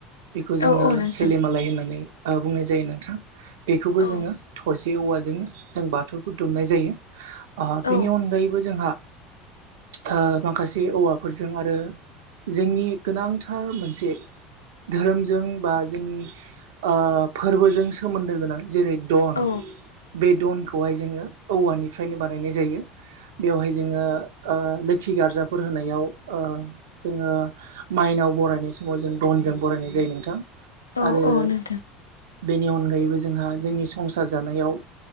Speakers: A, on the right; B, on the left.
A: बेखौ जोङो
B: औ औ नोंथां
A: सेलिमालाय होननानै ओ बुंनाय जायो नोंथां। बेखौबो
B: औ
A: जोङो थसे औवाजोंनो जों बाथौखौ दुमनाय जायो। ओ
B: औ
A: बेनि अनगायैबो जोंहा ओ माखासे औवाफोरजों आरो जोंनि गोनांथार मोनसे धोरोमजों बा जोंनि ओ फोरबोजों सोमोन्दो गोनां जेरै- दन
B: औ
A: बे दनखौहाय जोङो औवानिफ्रायनो बानायनाय जायो। बेवहाय जोङो ओ लोखि गार्जाफोर होनायाव ओ जोङो माइनाव बरायनाय समाव जों दनजों बरायनाय जायो नोंथां।
B: औ
A: आरो
B: औ नोंथां
A: बेनि अनगायैबो जोंहा जोंनि संसार जानायाव